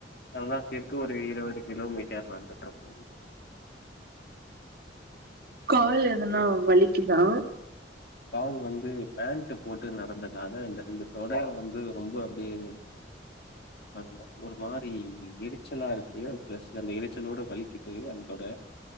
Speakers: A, on the left; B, on the right.
A: அதெல்லா சேத்து ஒரு இருவது கிலோமீட்டர் வந்துட்டு இருப்பாது
B: கால் எதனா வலிக்கிதா
A: கால் வந்து பேண்ட் போட்டு நடந்த காலு இந்த ரெண்டு தொட வந்து ரொம்ப அப்டியே ஆமா ஒரு மாரி எரிச்சலா இருக்கு பிளஸ் அந்த எறச்சலோட வலிக்கு அந்த தொட